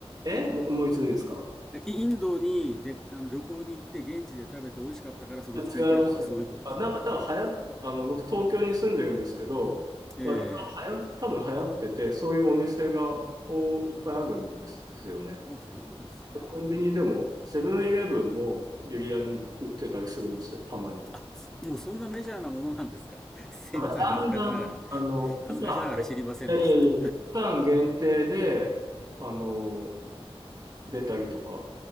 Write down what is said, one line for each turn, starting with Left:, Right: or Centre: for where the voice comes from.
Right: えもう、もう一度いいですか
Centre: インドにで、あの旅行に行って現地で食べて美味しかったからそれを作りたいとかそういうことですか
Right: 違いますよ。あ、なんか多分流行っ、あの、僕東京に住んでるんですけど、
Centre: え
Right: 割と流行、多分流行ってて、そういうお店が、おいっぱいあるんですよね。
Centre: えーお、そうですか。
Right: コンビニでも、セブンイレブンもビリヤニ売ってたりするんですよ、たまに。
Centre: あ、もうそんなメジャーなものなんですか <laughs> すいません。
Right: なんかだんだん、
Centre: 恥ずかしながら。
Right: あの、
Centre: 恥ずかしながら知りませんでした。
Right: 期間、いやいやいやいや、期間限定で、あの、出たりとか、